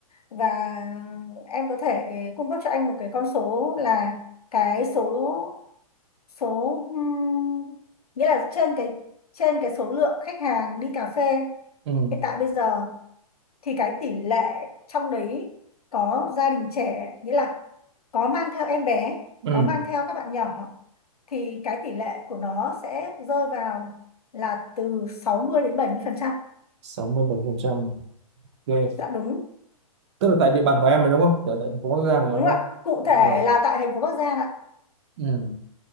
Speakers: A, on the left (about 80°); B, on the right (about 50°).
A: và em có thể cung cấp cho anh một cái con số là cái số số ừm, nghĩa là trên cái trên cái số lượng khách hàng đi cà phê
B: ừ
A: hiện tại bây giờ thì cái tỷ lệ trong đấy có gia đình trẻ nghĩa là có mang theo em bé
B: ừ
A: có mang theo các bạn nhỏ thì cái tỷ lệ của nó sẽ rơi vào là từ sáu mươi đến bảy mươi phần trăm
B: sáu mươi bảy phần trăm ghê
A: dạ đúng
B: tức là tại địa bàn của em rồi đúng không tại tại thành phố Bắc Giang rồi
A: đúng không
B: đúng không
A: ạ cụ thể
B: rồi
A: là tại thành phố Bắc Giang ạ
B: ừ.